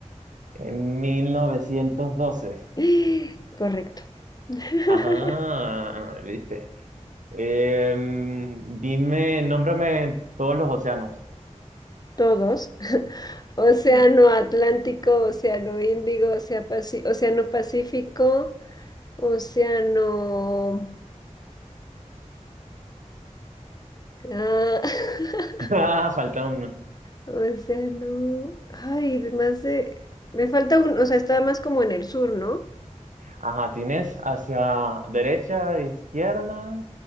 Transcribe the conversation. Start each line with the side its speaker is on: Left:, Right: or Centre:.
Right: En mil novecientos doce,
Left: <gasps> Correcto. <laughs>
Right: Ajá, ¿viste? Em, dime, nómbrame todos los océanos.
Left: todos, <laughs> Océano
Right: Sí.
Left: Atlántico, Océano Índigo, Ocea- Océano Pacífico, Océano... ah, <laughs>
Right: <laughs> Ah, falta uno.
Left: Océano... Ay, de más de... Me falta un... O sea, estaba más como en el sur, ¿no?
Right: Ajá, tienes hacia derecha, izquierda,